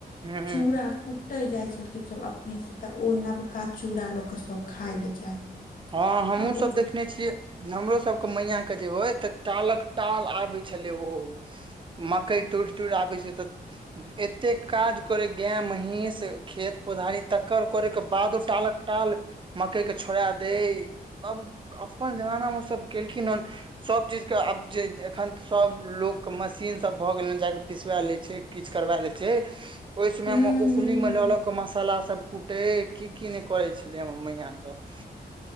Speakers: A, on the right (about 30°); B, on the left (about 55°).
A: हूँ
B: चूड़ा कु कुटै जाय छलखिन सब अपने से त ओ नबका चूड़ा ल के सब खाय ले जाय
A: हं हमहुं
B: आ हुं
A: सब देखने छियै हमरो सबके मैया के जे होय तऽ टालक टाल आबै छलै ओ मकै तोड़ -तोड़ आबै छै तऽ एते काज करेै गेऽ महींस खेत पौधारी तक्कर करेै के बादो टालक- टाल मकैय के छोड़ा देै बब अपन जमाना मे ओ सब केलखिन हन सब चीज के आब जे एखन सब लोक मशीन सब भऽ गेलै हन जा केऽ पिसवा लैय छै किछ करबा लै छैय ओय समय
B: हुं
A: मे ओखलि मे ल -ल क मसाला सब कूटै की -की नै करै छेलै हमर मैयां सब